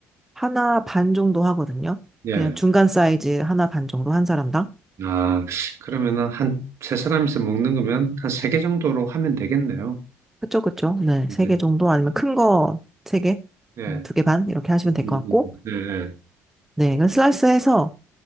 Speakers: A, in the centre; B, on the right.
A: 하나 반 정도 하거든요.
B: 예.
A: 그냥 중간 사이즈 하나 반 정도 한 사람당.
B: 아, 그러면은 한, 세 사람이서 먹는 거면 한 세 개 정도로 하면 되겠네요.
A: 그쵸, 그쵸. 네,
B: 예,
A: 세 개 정도 아니면 큰 거 세 개,
B: 예.
A: 음, 두개 반 이렇게 하시면
B: 음,
A: 될
B: 음,
A: 것 같고,
B: 음. 예, 예.
A: 네, 이건 슬라이스해서